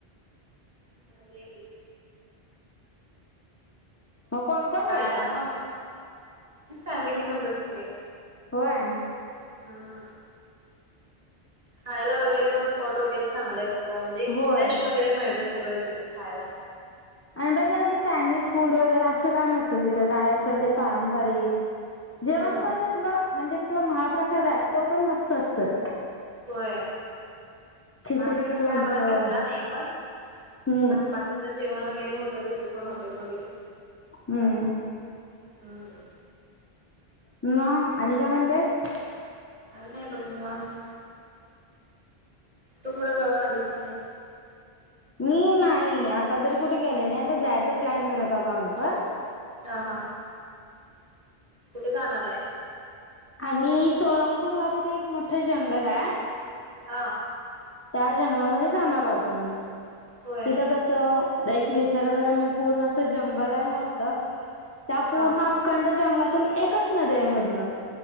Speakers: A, on the right (about 40°); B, on the left (about 20°).
A: भारी हाय ते
B: हो कोण कोण
A: खायला
B: गेलता
A: पण फॅमिली मेंबरस सगळे
B: होय
A: हम्म खायला वगैरे पण स्पॉट वगैरे चांगलंय म्हणजे
B: होय
A: फ्रेश वगैरे मिळत सगळं तिथं खायला
B: आणि बाकी असं चायनीज फूड वगैरे असं का नसतं तिथं काय असेल ते पारंपरिक
A: हम्म
B: जेवण पण तिथलं म्हणजे तिथला महाप्रसाद आहे तो पण मस्त असतोय
A: होय
B: खिचडी
A: हल्यास काय
B: लोणचं
A: आम्हाला भेटला नाही पण
B: हम्म
A: आणि बाकीचा जेवण वगैरे होतं तिथे सोड हॉटेल वगैरे
B: हम्म
A: हम्म
B: म आणि काय म्हणतेस
A: काई नाही बोल निवांत तू कुठं जाऊन आलीस की नाही
B: मी नाही आता तरी कुठे गेले नाही आता जायच प्लॅन करत आता आ पण
A: हा हां कुठे जाणार आहे
B: आम्ही सोळपूरला तिथे एक मोठं जंगल आहे
A: हा
B: त्या जंगलामध्ये जाणार आहोतो म्ही
A: होय
B: तिथं कस एक निसर्गरम हे पूर्ण अस जंगल आहे मोठत त्या पूर्ण
A: अ
B: अकड जंग पण एकच नदी हाय मधनं